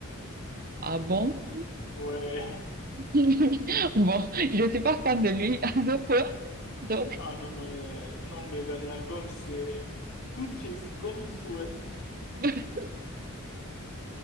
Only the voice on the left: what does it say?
Ouais. <laughs>
Ah non, non, mais... Non, mais le dernier album, c'est tout triste, comme tu le souhaites.